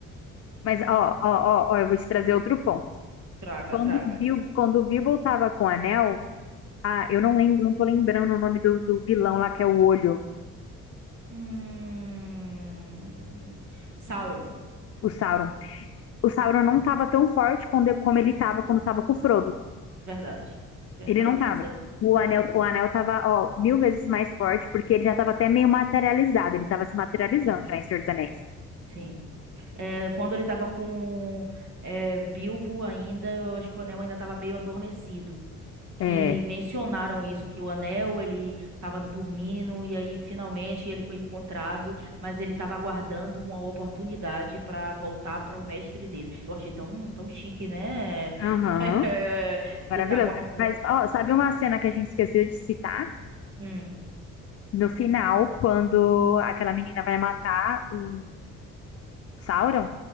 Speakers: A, on the left; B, on the right.
A: mas ó, ó, ó, ó, eu vou te trazer outro ponto.
B: Traga,
A: Quando
B: traga.
A: o Bil, quando o Bilbo tava com o anel, ah, eu não lembro, não tô lembrando o nome do, do vilão lá, que é o olho,
B: Hum... Sauron.
A: o Sauron. O Sauron não tava tão forte quando, como ele tava quando tava com o Frodo.
B: Verdade, verdade.
A: Ele não tava.
B: Isso é, isso
A: O anel,
B: é verdade.
A: o anel tava, ó, mil vezes mais forte, porque ele já tava até meio materializado. Ele tava se materializando
B: Sim,
A: já em Senhor dos Anéis.
B: sim. É, quando ele tava com é, Bilbo ainda, eu acho que o Anel ainda tava meio adormecido.
A: É.
B: Que mencionaram isso, que o Anel, ele tava dormindo e aí finalmente ele foi encontrado, mas ele tava aguardando uma oportunidade pra voltar para o mestre dele. Eu achei tão, tão chique, né?
A: Aham.
B: <laughs>
A: Maravilhoso.
B: Você tá aguardando.
A: Mas, ó, sabe uma cena que a gente esqueceu de citar?
B: Hum,
A: No final, quando aquela menina vai matar o Sauron,